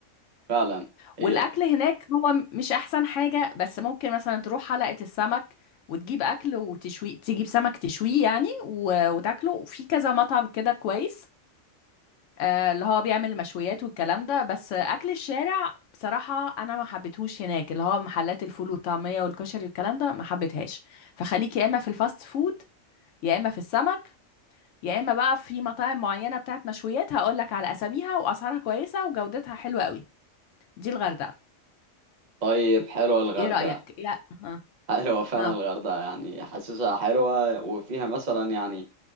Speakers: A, on the right; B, on the left.
A: فعلا هي
B: والاكل هناك هو م- مش احسن حاجة بس ممكن مثلا تروح حلقة السمك وتجيب اكل وتشوي تجيب سمك تشويه يعني و... وتاكله وفي كذا مطعم كده كويس آه، اللي هو بيعمل المشويات والكلام ده بس آه، اكل الشارع بصراحه انا ما حبيتهوش هناك اللي هو محلات الفول والطعميه والكشري والكلام ده ما حبيتهاش فخليك يا اما في الفاست فود يا اما في السمك يا اما بقى في مطاعم معينه بتاعت مشويات هقول لك على اساميها واسعارها كويسه وجودتها حلوه قوي دي الغردقه
A: طيب حلوه الغردقه
B: ايه رايك يا اه
A: حلوه فعلا
B: اه
A: الغردقه يعني حاسسها حلوه وفيها مثلا يعني